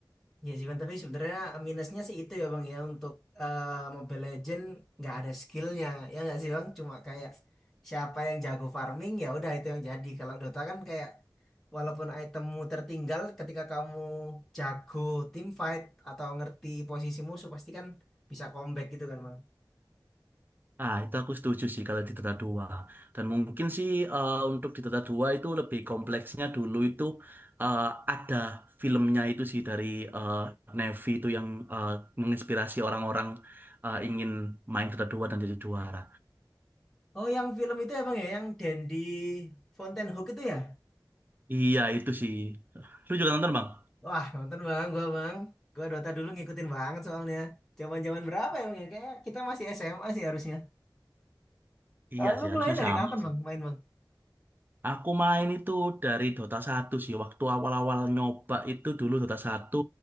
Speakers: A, in the centre; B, on the right (about 25°).
A: Iya sih, Bang. tapi sebenarnya minusnya sih itu ya Bang ya untuk eh, Mobile Legend nggak ada skillnya ya nggak sih Bang cuma kayak siapa yang jago farming ya udah itu yang jadi kalau Dota kan kayak walaupun itemmu tertinggal ketika kamu jago team fight atau ngerti posisi musuh pasti kan bisa comeback gitu kan Bang
B: Ah, itu aku setuju sih kalau di Dota 2. Dan mungkin sih eh, untuk di Dota 2 itu lebih kompleksnya dulu itu eh, ada filmnya itu sih dari eh, Na'Vi itu yang eh, menginspirasi orang-orang eh, ingin main Dota 2 dan jadi juara.
A: oh yang film itu ya Bang ya yang Dandy Fountainhook itu ya
B: Iya itu sih. Lu juga nonton bang?
A: wah nonton Bang gua Bang gua Dota dulu ngikutin banget soalnya Jaman-jaman berapa ya Bang ya? Kayak kita masih SMA sih harusnya.
B: Iya
A: Ah, lu
B: sih harusnya
A: mulai dari
B: sama
A: kapan
B: sih.
A: bang main bang?
B: Aku main itu dari Dota satu sih. Waktu awal-awal nyoba itu dulu Dota satu